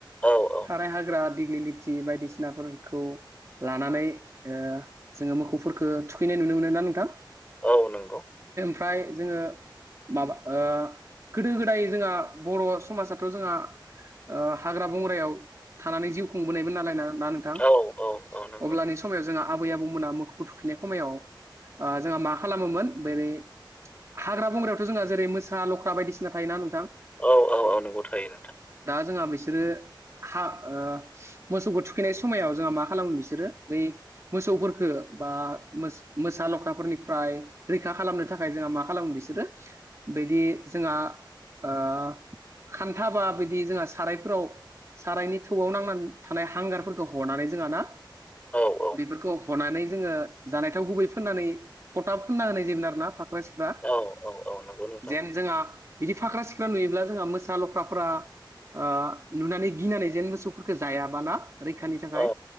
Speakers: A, on the left; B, on the right.
A: औ औ।
B: थाराय हाग्रा दिग्लि लिथि बायदिसिनाफोरखौ लानानै ओ जोंङो मोखौ खो थुखैनाय नुनो मोनो ना नोंथां?
A: औ नंगौ।
B: फ्राय जोङो माबा ओ गोदो गोदाय जोंहा बर' समाजाथ' जोंहा ओ हाग्रा बंग्रायाव थानानै जिउ खुंबोनायबो नालायनानै ना नोंथां?
A: औ औ औ नंगौ
B: अब्लानि समाव जोंहा आबै आबौमोनहा मोखौखौ थुखैनाय समायाव ओ जोंहा मा खालामोमोन बोरै हाग्रा बंग्रायावथ' जोंहा जेरै मोसा लख्रा बायदिसिना थायोना नोंथां?
A: औ औ औ नोंगौ थायो नोंथां।
B: दा जोंहा बिसोरो हा ओ मोसौखौ थुखैनाय समायाव जोंहा मा खालामो बिसोरो बै मोसौफोरखो बा मोसा लख्राफोरनिफ्राय रैखा खालामनो थाखाय जोंहा मा खालामो बिसोरो बिदि जोंहा ओ खान्था बा बियदि जोंहा सारायफोराव सारायनि थौआव नांनानै थानाय हांगारफोरखौ हरनानै जोंहा ना
A: औ औ
B: बेफोरखौ हनानै जोङो जानायाव गुबै फोननानै फथाब फोनना होनाय जायोमो आरोना। ख्रा सिख्ला
A: औ औ औ नंगौ नोंथां
B: जेन जोंहा बिदि फाख्रा सिख्ला नुयोब्ला जोंहा मोसा लख्राफोरा ओ नुनानै गिनानै जेन मोसौफोरखौ जायाबाना रैखानि थाखाय
A: औ